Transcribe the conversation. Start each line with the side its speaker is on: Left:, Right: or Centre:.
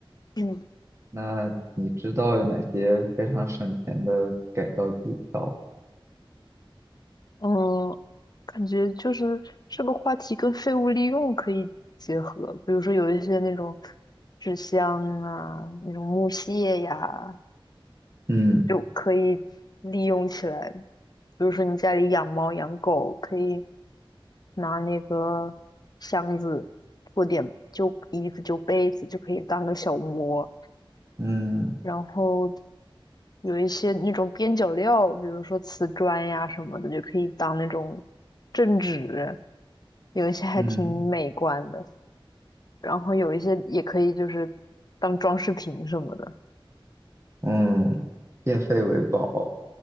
Left: 嗯
Right: 那你知道有哪些非常省钱的改造技巧？
Left: 嗯，感觉就是这个话题跟废物利用可以结合，比如说有一些那种纸箱啊，那种木屑呀，
Right: 嗯
Left: 就可以利用起来。比如说你家里养猫养狗，可以。拿那个箱子做点旧衣服就被子就可以当个小窝，
Right: 嗯
Left: 然后有一些那种边角料，比如说瓷砖呀什么的，就可以当那种镇纸，有一些还挺美观的，
Right: 嗯
Left: 然后有一些也可以就是当装饰品什么的。
Right: 嗯，变废为宝。